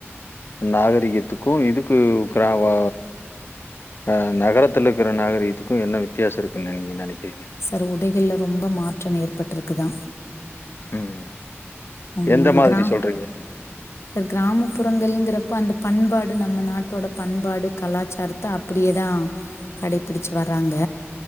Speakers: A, on the left; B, on the left.
A: நாகரீகத்துக்கூ இதுக்கு கிர உ அம் நகரத்தில இருக்கிற நாகரீகத்துக்கூ என்ன வித்தியாச இருக்குன்னு நீங்க நெனைக்கிறிங்க
B: சார் உடைகள்ள ரொம்ப மாற்றம் ஏற்பட்டிருக்குதா
A: ம்.
B: ஆ
A: எந்த மாதிரி
B: கிர
A: சொல்றீங்க?
B: சார் கிராமப்புறங்கள்ங்கிற அப்ப அந்த பண்பாடு நம்ம நாட்டோட பண்பாடு கலாச்சாரத்த அப்படியேதா கடைபிடிச்சு வறாங்க